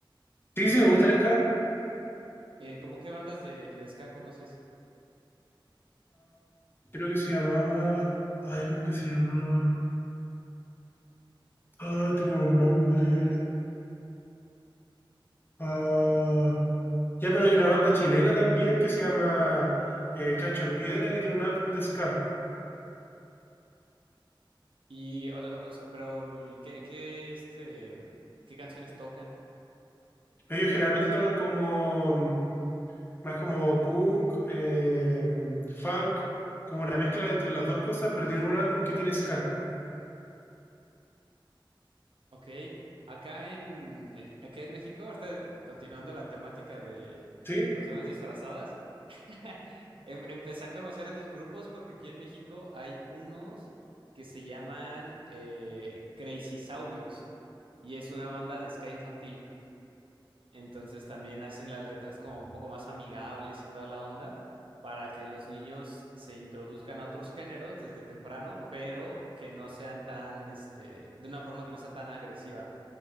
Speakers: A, on the left; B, on the right.
A: Sí, sí, me gusta el ska,
B: Eh, ¿cómo qué bandas de, de ska conoces?
A: creo que se llamaba, ay, ¿cómo que se llamaba? Ay, tenía un nombre, ah, ya, pero hay una banda chilena también que se llama eh, Chancho en Piedra que tiene un álbum de ska.
B: Y, o, sea, o sea, pero el- ¿qué, qué, este, qué canciones tocan?
A: Ellos generalmente tocan como más como punk, eh, funk, como una mezcla entre las dos cosas, pero tienen un álbum que tiene ska,
B: Ok. Acá en, acá en México, ahorita, eh, continuando la temática de,
A: ¿sí?
B: de personas disfrazadas, <laughs> Em- Empecé a conocer esos grupos porque aquí en México hay unos que se llaman eh, Crazy Saurios y es una banda de ska infantil. Entonces también hacen las letras como un poco más amigables y toda la onda para que los niños se introduzcan a otros géneros desde temprano, pero que no sean tan, este, de una forma que no sea tan agresiva.